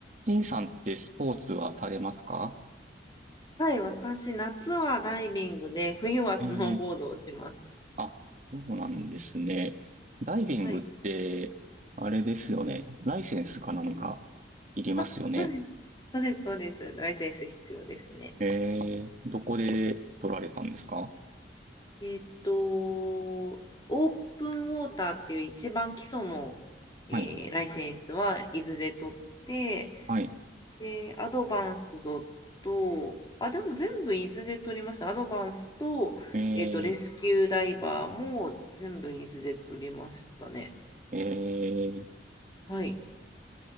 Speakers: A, on the right; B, on the left.
A: T さんってスポーツはされますか
B: はい、私、夏はダイビングで、冬はスノーボードをします。
A: ええあ、そうなんですね。ダイビングって、
B: はい。
A: あれですよね。ライセンスかなんかいりますよね。
B: あ、そうです。そうです、そうです。ライセンス必要ですね。
A: ええどこで取られたんですか
B: えっと、オープンウォーターっていう一番基礎の、えーライセンスは伊豆で取って、
A: はい、はい。
B: で、アドバンスドと、あ、でも全部伊豆で取りました。アドバンスと、
A: え
B: えっと、レスキューダイバーも全部伊豆で取りましたね。
A: ええー
B: はい。